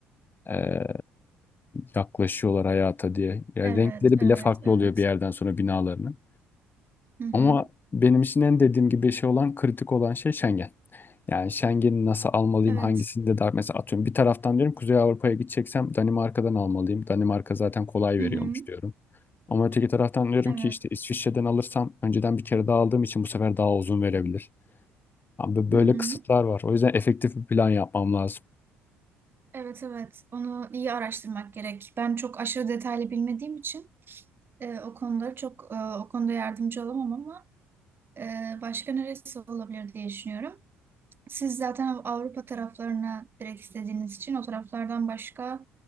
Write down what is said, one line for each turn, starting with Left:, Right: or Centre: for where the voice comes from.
Left: ee, yaklaşıyorlar hayata diye. Yani
Right: Evet,
Left: renkleri
Right: evet,
Left: bile farklı
Right: evet.
Left: oluyor bir yerden sonra binalarının.
Right: Hı hı.
Left: Ama benim için en dediğim gibi şey olan kritik olan şey Schengen. Yani Schengen'i nasıl almalıyım
Right: Evet.
Left: hangisinde daha mesela atıyorum bir taraftan diyorum Kuzey Avrupa'ya gideceksem Danimarka'dan almalıyım. Danimarka zaten kolay
Right: Hı
Left: veriyormuş
Right: hı.
Left: diyorum. Ama öteki taraftan diyorum
Right: Evet.
Left: ki işte İsviçre'den alırsam önceden bir kere daha aldığım için bu sefer daha uzun verebilir. Abi
Right: Hı
Left: böyle
Right: hı.
Left: kısıtlar var. O yüzden efektif bir plan yapmam lazım.
Right: Evet, evet. Onu iyi araştırmak gerek. Ben çok aşırı detaylı bilmediğim için Ee, o konuları çok e, o konuda yardımcı olamam ama e, başka neresi olabilir diye düşünüyorum. Siz zaten Av- Avrupa taraflarına direkt istediğiniz için o taraflardan başka